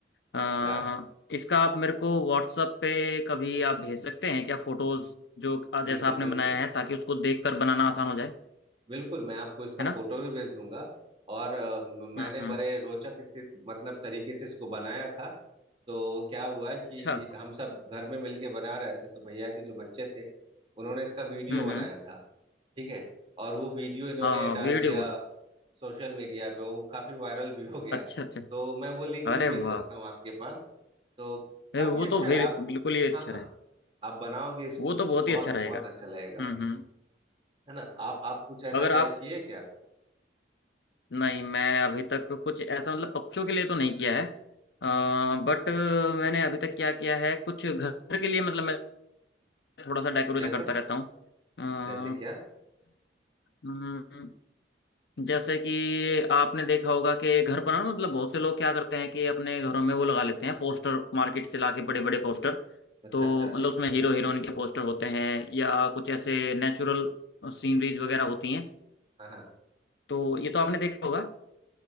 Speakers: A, on the right (about 30°); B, on the left (about 70°).
A: <laughs>
B: अ,
A: क्या
B: इसका आप मेरे को व्हाट्सएप पे कभी आप भेज सकते हैं क्या फोटोज जो अ, जैसा
A: बिल्कुल
B: आपने
A: बिल्कुल
B: बनाया है ताकि उसको देख कर बनाना आसान हो जाए
A: बिल्कुल मैं आपको इसका
B: है
A: फोटो
B: ना
A: भी भेज दूंगा और अ, म- मैंने
B: हम्म हम्म
A: बड़े रोचक स्थित मतलब तरीके से इसको बनाया था तो क्या हुआ कि
B: अच्छा
A: हम सब घर में मिलके बना रहे थे तो भैया के जो बच्चे थे उन्होंने इसका वीडियो
B: हम्म
A: बनाया
B: हम्म
A: था ठीक है और वो वीडियो इन्होंने
B: हाँ
A: डाल
B: वीडियो
A: दिया
B: बहुत
A: सोशल मीडिया पे वो काफी वायरल भी हो गया
B: अच्छा अच्छा
A: तो मैं वो लिंक भी
B: अरे
A: भेज
B: वाह
A: सकता हूँ आपके पास तो काफी
B: ए, वो
A: अच्छा
B: तो फिर
A: है आप
B: बिल्कुल ही अच्छा
A: हाँ हाँ
B: रहे
A: आप बनाओगे इसको
B: वो तो बहुत
A: बहुत
B: ही अच्छा रहेगा
A: बहुत अच्छा लगेगा
B: हम्म हम्म
A: है ना आप आप कुछ ऐसा
B: अगर
A: ट्राई
B: आप
A: किए क्या
B: नहीं मैं अभी तक कुछ ऐसा मतलब पक्षियों के लिए तो नहीं किया है बट
A: अच्छा अच्छा अच्छा
B: मैंने अभी तक क्या किया है कुछ घर के लिए मतलब मैं थोड़ा सा डेकोरेशन
A: जैसे
B: करता रहता हूँ अ,
A: जैसे क्या
B: <clears throat> हम्म, जैसे कि आपने देखा होगा कि घर पर ना मतलब बहुत से लोग क्या करते हैं कि अपने घरों में वो लगा लेते हैं पोस्टर मार्केट से लाके बड़े बड़े पोस्टर
A: अच्छा
B: तो
A: अच्छा
B: मतलब उसमें हीरो हीरोइन के पोस्टर होते हैं या कुछ ऐसे नेचुरल सीनरीज वगैरह होती हैं
A: हाँ हाँ
B: तो ये तो आपने देखा होगा